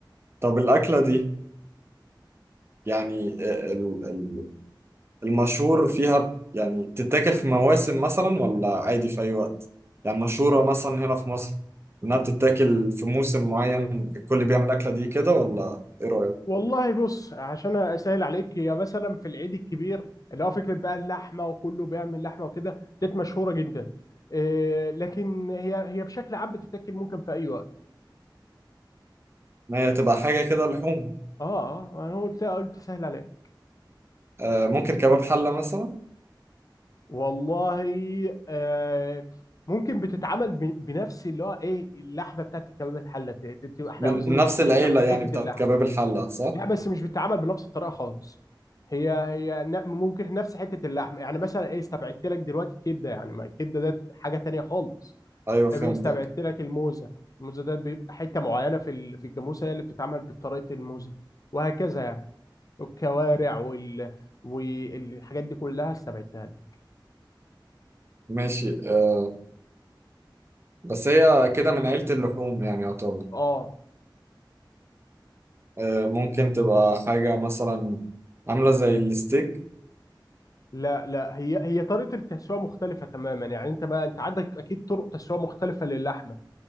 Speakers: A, on the right (about 30°); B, on the left (about 45°).
A: طب الأكلة دي يعني آه، ال- ال- المشهور فيها يعني بتتاكل في مواسم مثلا ولا عادي في أي وقت يعني مشهورة مثلا هنا في مصر إنها بتتاكل في موسم معين الكل بيعمل الأكلة دي كده ولا إيه رأيك؟
B: والله بص عشان اسهل عليك هي مثلا في العيد الكبير اللي هو فكره بقى اللحمه وكله بيعمل لحمه وكده ديت مشهوره جدا إيه لكن هي هي بشكل عام بتتاكل ممكن في اي وقت
A: إن هي تبقى حاجة كده لحوم
B: اه اه انا قلت قلت سهل عليك
A: آه ممكن كباب حلة مثلا
B: والله آه ممكن بتتعمل ب- بنفس اللي هو ايه اللحمه بتاعت الكباب الحله ت- ت- تبقى احنا
A: من
B: عاوزين
A: من نفس
B: حته
A: العيلة
B: اللحمه
A: يعني
B: حته
A: بتاعت
B: اللحمه
A: كباب الحلة صح؟
B: لا بس مش بتتعمل بنفس الطريقه خالص هي هي ن- ممكن نفس حته اللحم يعني مثلا ايه استبعدت لك دلوقتي الكبده يعني ما الكبده ده حاجه تانية خالص
A: أيوه فهمتك
B: استبعدت لك الموزه الموزه ده بيبقى حته معينه في ال- في الجاموسه هي اللي بتتعمل بطريقه الموزه وهكذا يعني الكوارع وال والحاجات دي كلها استبعدتها لك
A: ماشي آه بس هي كده من عيلة اللحوم يعني يعتبر
B: اه
A: آه، ممكن تبقى حاجة مثلا عاملة زي الستيك
B: لا لا هي هي طريقه التسويه مختلفه تماما يعني انت ما انت عندك اكيد طرق تسويه مختلفه للحمه